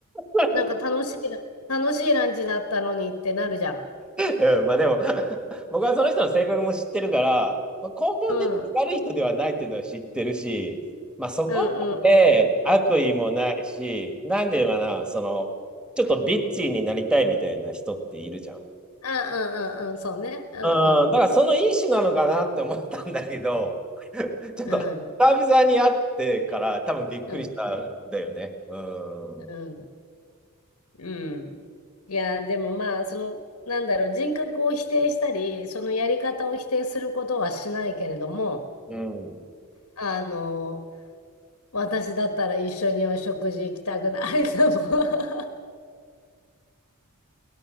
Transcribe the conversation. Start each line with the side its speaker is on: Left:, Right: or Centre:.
Centre: <laughs>
Left: なんか楽しいラ、楽しいランチだったのにってなるじゃん。
Centre: うん、まあでも <laughs> 僕はその人の性格も知ってるから、まあ、根本的に悪い人ではないっていうのは知ってるし、
Left: うん。うん
Centre: まあそこまで悪意もないし、
Left: うんうん。
Centre: なんで言うのかな、その、ちょっとビッチーになりたいみたいな人っているじゃん。
Left: うんうんうん、そうね。うん
Centre: うん、だからそのいい種なのかなって思ったんだけど、<laughs> ちょっと久々に会ってから多分びっくりしたんだよね。
Left: うん。うんうん
Centre: うん。
Left: うん。うん。いや、でもまあ、その、なんだろう、人格を否定したり、そのやり方を否定することはしないけれども、
Centre: うん。
Left: あの、私だったら一緒にお食事行きたくないかも。